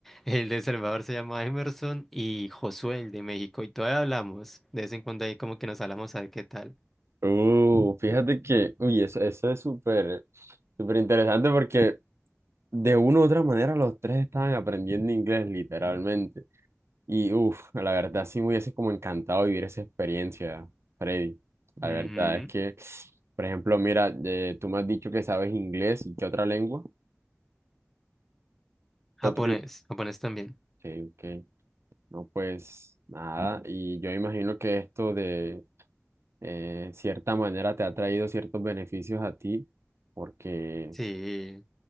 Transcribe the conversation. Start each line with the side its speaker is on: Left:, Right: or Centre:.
Centre: El de El Salvador se llama Emerson y Josué, el de México, y todavía hablamos. De vez en cuando ahí como que nos hablamos a ver qué tal.
Right: uh, fíjate que, uy, eso, eso es súper, súper interesante porque de una u otra manera los tres estaban aprendiendo inglés literalmente. Y, uff, la verdad sí me hubiese como encantado vivir esa experiencia, Freddy. La
Centre: Ujú.
Right: verdad es que, por ejemplo, mira, eh, tú me has dicho que sabes inglés y qué otra lengua,
Centre: Japonés,
Right: qué otro... idi-
Centre: japonés también.
Right: Sí, ok. No, pues nada, y yo imagino que esto de eh, cierta manera te ha traído ciertos beneficios a ti, porque,
Centre: Sí.